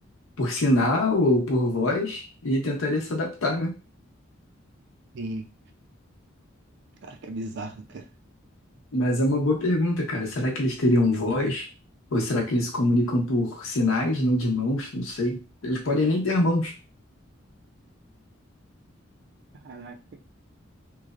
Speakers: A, on the left; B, on the right.
A: por sinal ou por voz e tentaria se adaptar, né?
B: Sim. Cara, que é bizarro, cara.
A: Mas é uma boa pergunta, cara. Será que eles teriam voz? Ou será que eles se comunicam por sinais, não de mãos? Não sei. Eles podem nem ter mãos.
B: Caraca.